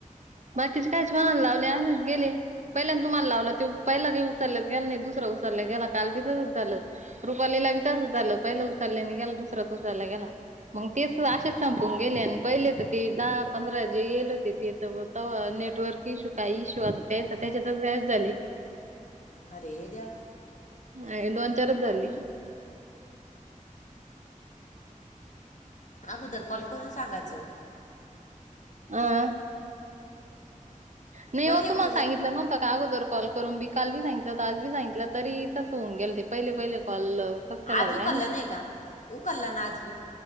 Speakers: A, on the right; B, on the left.
A: बाकीचे काहीच कोणाला लावले असेच गेले पहिल्यांद तुम्हाला लावलं ते पहिला काही उचलल्याच गेला नाही दुसरा उचालल्या गेला काल बी तसच झालं रुपालीला बी तासच झालं पहिलं उचालल्या नाही गेला दुसरा उचलल्या गेला मग तेच आशेच संपून गेले आणि पहिले तर ते दहा पंधरा जे येल होते ते तर आ नेटवर्क इशू काय इशू आता त्या त्याच्यातच कायच झाले
B: अरेद्या
A: अ दोन चारच झाली
B: अगोदर कॉल करून सांगायचं
A: हह नाही
B: पहिले
A: होत मला
B: फोन
A: सांगितलं
B: उ-
A: नव्हता का अगोदर कॉल करून बिक काल बी सांगितलं होत आज बी सांगितलं तरी तसं होन गेले होते पहिले पहिले कॉल कसं काय झालं
B: आज उ
A: काय
B: कला
A: माहित.
B: नाही का उ कला ना आज भी